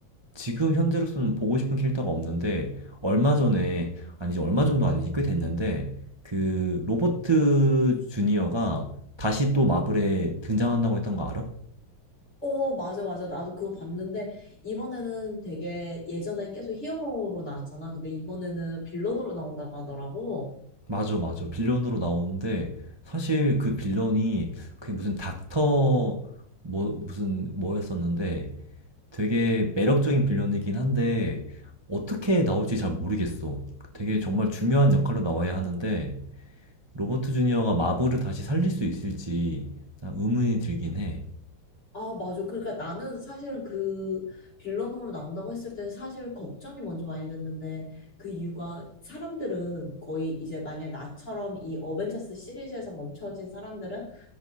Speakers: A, on the right; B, on the left.
A: 지금 현재로서는 보고 싶은 캐릭터가 없는데 얼마 전에 아니지 얼마 전도 아니지 꽤 됐는데 그 로버트 주니어가 다시
B: 어.
A: 또 마블에 등장한다고 했던 거 알아?
B: 어, 맞아, 맞아. 나도 그거 봤는데, 이번에는 되게 예전엔 계속 히어로로 나왔잖아. 근데 이번에는 빌런으로 나온다고 하더라고.
A: 맞아 맞아 빌런으로 나오는데 사실 그 빌런이 그게 무슨 닥터 뭐 무슨 뭐였었는데 되게 매력적인 빌런이긴 한데 어떻게 나올지 잘 모르겠어. 되게 정말 중요한 역할로 나와야 하는데 로버트 주니어가 마블을 다시 살릴 수 있을지 의문이 들긴 해.
B: 아, 맞아. 그러니까 나는 사실은 그 빌런으로 나온다고 했을 때 사실 걱정이 먼저 많이 됐는데 그 이유가 사람들은 거의 이제 만약 나처럼 이 어벤져스 시리즈에서 멈춰진 사람들은